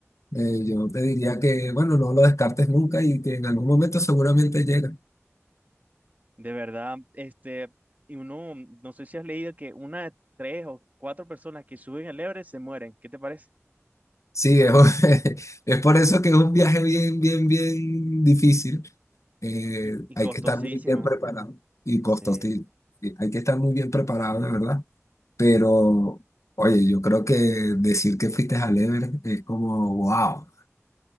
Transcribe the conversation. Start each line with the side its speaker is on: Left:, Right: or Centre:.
Left: Eh, yo te diría que, bueno, no lo descartes nunca y que en algún momento seguramente llega.
Right: De verdad, este, y uno, no sé si has leído que una de tres o cuatro personas que suben al Everest se mueren, ¿qué te parece?
Left: Sí, es, un- <laughs> es por eso que es un viaje bien, bien, bien difícil. Eh,
Right: Y, y
Left: hay
Right: costosísimo.
Left: que estar muy bien preparado y costoso.
Right: Sí,
Left: sí. Sí, Hay que estar muy bien preparado, de verdad. Pero, oye, yo creo que decir que fuiste al Everest es como, wow.